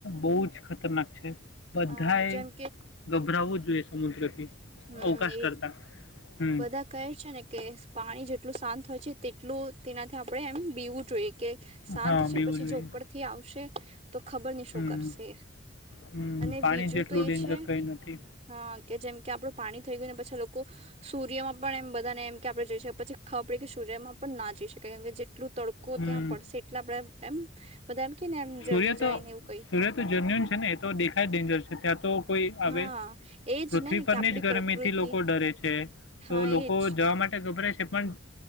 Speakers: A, on the left (about 80°); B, on the right (about 35°).
A: બહુજ ખતરનાક છે, બધાએ
B: હા જેમ
A: ગભરાવું જ એ સમુદ્રથી.
B: હા,
A: અવકાશ
B: એ
A: કરતાં હમ
B: બધા કહે છેને, કે પાણી જેટલું શાંત હોય છે, તેટલું તેનાથી આપણે એમ પીવું જોઈએ કે સાજ
A: હા
B: છે,
A: બીવું
B: પછી
A: જોઈએ
B: જો ઉપરથી આવશે તો ખબર નહી, શું
A: હમ
B: કરશે
A: હમ
B: અને
A: પાણી
B: બીજું
A: જેટલું
B: તો એ
A: ડેન્જર
B: છે,
A: કંઈ નથી
B: હા કે જેમ કે આપડું પાણી થઈ, ગયુંને પછી લોકો સૂર્યમાં પણ એમ બધાને એમ કે આપડણે જોઈ. શએ પછી ખબ પડે કે સૂર્યમાં પણ ના જ મ જેટલું તડકોું,
A: હમ
B: ત્યાં પડશે એટલા આપડે એમ બધા કે ને એમ
A: સૂર્ય
B: જલી
A: તો
B: જાય ને એવું કઈ
A: સૂર્ય તો જન્યુન છેને, એ તો દેખાય ડેન્જર છે, ત્યાં તો કોઈ આવે
B: હા એજ
A: પૃથ્વી,
B: ને
A: પરની
B: કે આપડી
A: જ ગરમીથી
B: પ્રકૃતિ
A: લોકો ડરે છે. તો
B: હા
A: લોકો
B: એજ
A: જવા માટે ગભરે છે, પણ